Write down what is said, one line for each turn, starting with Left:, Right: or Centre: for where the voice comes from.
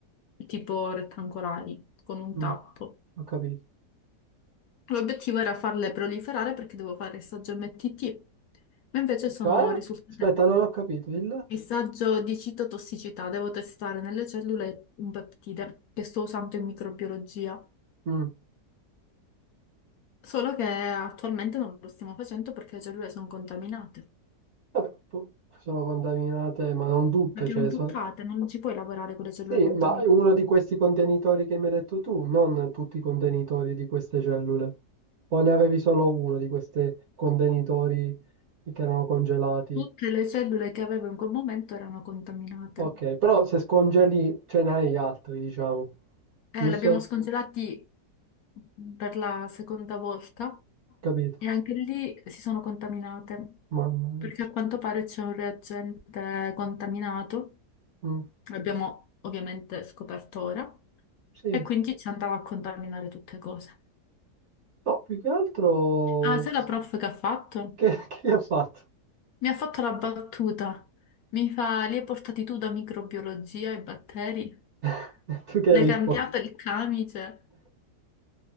Left: tipo rettangolari con un
Right: mm,
Left: tappo.
Right: ho capito.
Left: L'obiettivo era farle proliferare perché devo fare il saggio MTT, ma invece sono
Right: Cioè?
Left: risultate.
Right: Aspetta, non ho capito. Il...
Left: Messaggio di citotossicità. Devo testare nelle cellule un peptide che sto usando in microbiologia.
Right: Mm.
Left: Solo che attualmente non lo stiamo facendo perché le cellule sono contaminate.
Right: Vabbè, po- sono contaminate, ma non tutte,
Left: Le abbiamo
Right: cioè,
Left: buttate,
Right: so-
Left: non ci puoi lavorare con le cellule
Right: Sì,
Left: contaminate.
Right: ma uno di questi contenitori che mi hai detto tu, non tutti i contenitori di queste cellule. O ne avevi solo uno di questi contenitori che erano congelati?
Left: Tutte le cellule che avevo in quel momento erano contaminate.
Right: Ok, però se scongeli ce n'hai altri, diciamo.
Left: Eh,
Right: Giusto?
Left: le abbiamo scongelati per la seconda volta
Right: Capito?
Left: e anche lì si sono contaminate
Right: Mamma mia.
Left: perché a quanto pare c'è un reagente contaminato
Right: Mm,
Left: L'abbiamo ovviamente scoperto ora.
Right: Sì.
Left: E quindi ci andava a contaminare tutte cose.
Right: No, più che altro...
Left: Ah, sai la prof che ha fatto?
Right: Che, <laughs> che gli ha fatto?
Left: Mi ha fatto la battuta. Mi fa, li hai portati tu da microbiologia e batteri?
Right: <laughs> Tu che
Left: L'hai
Right: hai risposto?
Left: cambiato il camice?